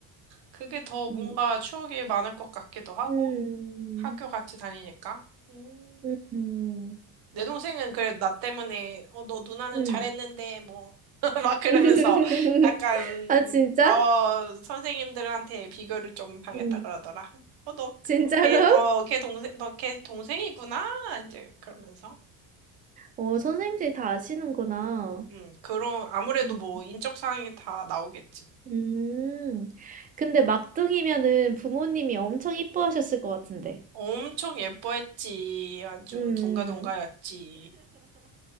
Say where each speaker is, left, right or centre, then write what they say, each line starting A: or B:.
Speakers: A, on the right; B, on the right.
A: 그게 더 뭔가
B: 음,
A: 추억이 많을 것 같기도 하고,
B: 음,
A: 학교 같이 다니니까. 음.
B: 음, 음.
A: 내 동생은 그래, 나 때문에, 어, 너 누나는
B: 음.
A: 잘했는데, 뭐, <laughs> 막 그러면서
B: <laughs>
A: 약간,
B: 아, 진짜?
A: 어, 선생님들한테 비교를 좀 당했다
B: 음.
A: 그러더라. 어, 너,
B: 진짜로?
A: 너 걔, 어, 걔 동생, 너 걔 동생이구나? 이제 그러면서.
B: 어 선생님들이 다 아시는구나.
A: 음, 그런, 아무래도
B: 음.
A: 뭐, 인적 사항이 다 나오겠지.
B: 음, 근데 막둥이면은 부모님이 엄청 이뻐하셨을 것 같은데.
A: 엄청 예뻐했지. 아주
B: 음,
A: 둥가둥가였지.